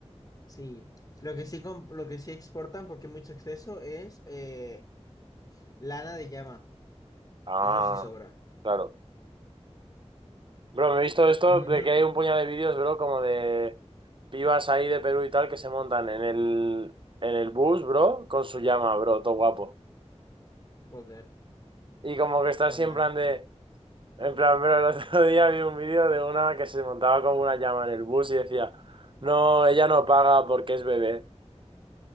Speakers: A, on the left; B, on the right.
A: Sí. Lo que sí, com- lo que sí exportan, porque hay mucho exceso, es eh, lana de llama.
B: Ah,
A: Eso sí sobra.
B: claro. Bro, me he visto esto
A: Ujú,
B: de que hay un puñado de vídeos, bro, como de pibas ahí de Perú y tal que se montan en el, en el bus, bro, con su llama, bro, todo guapo.
A: Joder,
B: Y como que está
A: toma.
B: siempre en plan de... En plan, pero el otro día vi un vídeo de una que se montaba como una llama en el bus y decía, no, ella no paga porque es bebé.